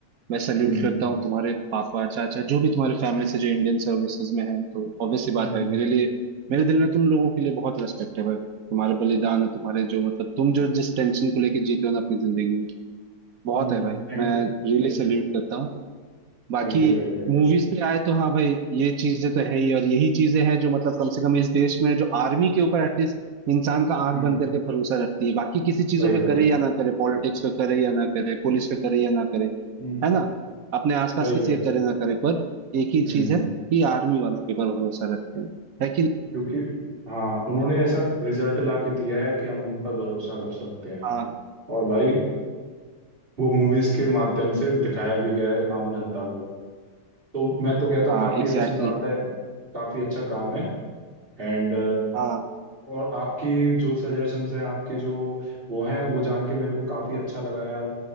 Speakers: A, on the right (about 70°); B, on the right (about 35°).
A: मैं सल्यूट
B: हम्म
A: करता हूँ तुम्हारे पापा चाचा जो भी तुम्हारे फैमिली से जो इंडियन सर्विसेज में है तो ऑब्वियसली बात
B: हम्म
A: भाई मेरे लिए मेरे दिल में तुम लोगों के लिए बहुत रेस्पेक्ट है भाई तुम्हारे बलिदान और तुम्हारे जो मतलब तुम जो जिस टेंशन को लेके जीते हो ना अपनी जिंदगी में बहुत
B: हम्म
A: है भाई
B: Thank
A: मैं
B: you
A: रियली
B: Thank
A: सल्यूट
B: you
A: करता हूँ बाकी
B: Thank you भाई थैंक
A: मूवीज
B: यू
A: पे आए तो हाँ भाई ये चीजें तो है ही और यही चीजें हैं जो मतलब कम से कम इस देश में जो आर्मी के ऊपर एटलीस्ट इंसान का आंख
B: हम्म
A: बंद करके भरोसा रखती है बाकी किसी चीजों
B: भाई
A: पे
B: भाई
A: करे
B: भाई
A: या ना करे पॉलिटिक्स पे करे या ना करे पुलिस पे करे या ना करे
B: हम्म
A: है ना अपने आसपास
B: भाई
A: किसी
B: भाई
A: पे करे ना करे पर एक ही
B: हम्म
A: चीज है कि आर्मी वालों के ऊपर भरोसा रखते हैं है कि नहीं
B: क्योंकि हाँ उन्होंने ऐसा रिजल्ट ला के दिया है कि हम उन पर भरोसा कर सकते हैं
A: हाँ
B: और भाई वो मूवीज के माध्यम से दिखाया भी गया है आम जनता को तो मैं तो कहता हूँ
A: हाँ
B: काफी
A: एग्जैक्टली
B: अच्छी बात
A: exactly,
B: है काफी अच्छा काम है एंड
A: हाँ
B: और आपकी जो सजेशंस हैं आपके जो वो हैं वो जान के मेरे को काफ़ी अच्छा लगा यार